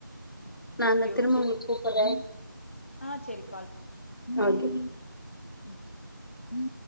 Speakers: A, on the left; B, on the left.
A: நா
B: ஓகே
A: அந்த திரும்ப
B: ஓகே
A: ஒங்கள கூப்புறே
B: ஆ சரி
A: ஓகே
B: உம்
A: நீ